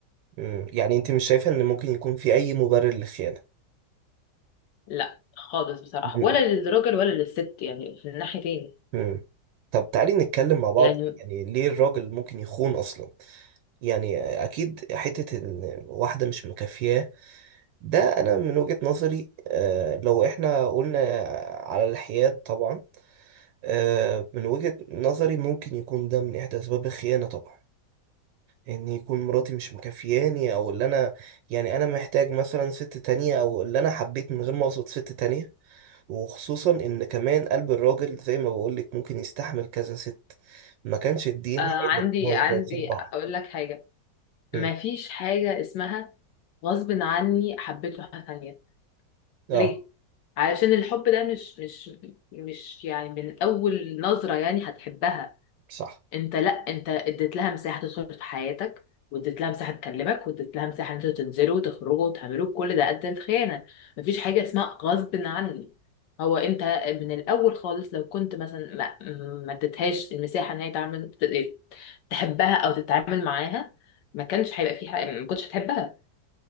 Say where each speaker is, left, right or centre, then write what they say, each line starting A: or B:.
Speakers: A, on the right; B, on the left.
A: مم. يعني أنت مش شايفة إن ممكن يكون في أي مبرر للخيانة؟
B: لا خالص بصراحة
A: مم.
B: ولا للراجل ولا للست يعني في الناحيتين
A: مم. طب تعالي نتكلم مع بعض
B: يعني
A: يعني ليه الراجل ممكن يخون أصلا؟ يعني اكيد حته ان واحده مش مكافياه ده انا من وجهه نظري آه، لو احنا قلنا على الحياد طبعا آه، من وجهه نظري ممكن يكون ده من احدى اسباب الخيانه طبعا ان يكون مراتي مش مكافياني او اللي انا يعني انا محتاج مثلا ست تانية او اللي انا حبيت من غير ما اقصد ست تانية وخصوصا ان كمان قلب الراجل زي ما بقولك ممكن يستحمل كذا ست ما كانش الدين
B: آه
A: هيقدر
B: عندي
A: ان هو
B: عندي
A: يتجوز اربعة
B: اقول لك حاجه
A: مم.
B: مفيش حاجه اسمها غصب عني حبيته حاجه ثانيه
A: اه
B: ليه علشان الحب ده مش مش مش يعني من اول نظره يعني هتحبها
A: صح
B: انت لا انت اديت لها مساحه تدخل في حياتك واديت لها مساحه تكلمك واديت لها مساحه ان انتوا تنزلوا وتخرجوا وتعملوا كل ده قد الخيانه مفيش حاجه اسمها غصب عني هو انت من الاول خالص لو كنت مثلا ما ما اديتهاش المساحه ان هي تعمل تحبها او تتعامل معاها ما كانش هيبقى في حاجة ما كنتش هتحبها